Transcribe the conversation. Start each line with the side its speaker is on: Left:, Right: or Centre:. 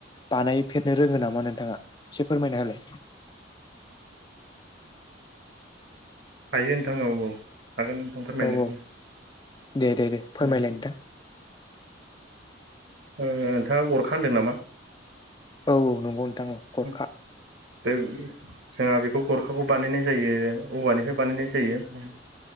Left: बानायफेरनो रोङो नामा नोंथाङा एसे फोरमायना होलाय।
Right: <unintelligible> हायो नोंथां औ औ। हागोन नोंथां फोरमायनो
Left: औ औ
Right: उम
Left: दे दे दे फोरमायलाय
Right: उम
Left: नोंथां।
Right: नोंथाङा गरखा होनदों नामा?
Left: औ नंगौ नोंथां औ गरखा
Right: उम जोंहा बेखौ गरखाखौ बानायनाय जायो औवानिफ्राय बानायनाय जायो।